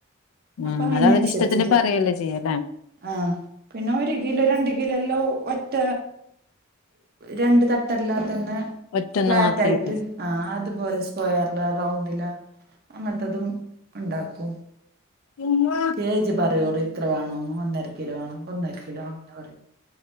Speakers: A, on the left (about 80°); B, on the right (about 50°).
A: ഉം
B: അപ്പ അതിനൻസരിച്ചിട്ട്
A: അതവരിഷ്ടത്തിന് പറയല്ലേ ചെയ്യല്ലേ
B: ആഹ് പിന്നെ ഒരു കിലോ രണ്ട കിലോല്ലോ ഒറ്റ രണ്ട് തട്ടല്ലാ തന്നെ
A: ഒറ്റൊന്ന്
B: ഫ്ലാറ്റായിറ്റ്
A: മാത്രായിട്ട്
B: ആഹ് അതുപോലെ സ്ക്വയറില റൗണ്ടില അങ്ങനത്തതും ഇണ്ടാക്കും
A: ഇമ്മ
B: കെ ജി പറയൂ ഇത്ര വേണന്ന് ഒന്നര കിലോ വേണം ഒന്നര കിലോ അങ്ങനെ പറൂ